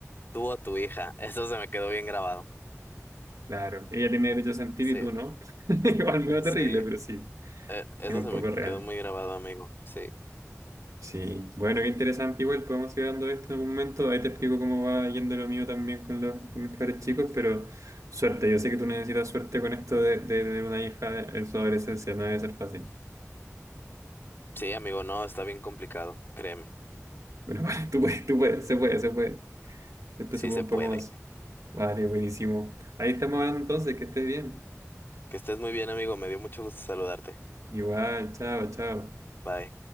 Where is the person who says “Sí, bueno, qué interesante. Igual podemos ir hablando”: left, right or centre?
Right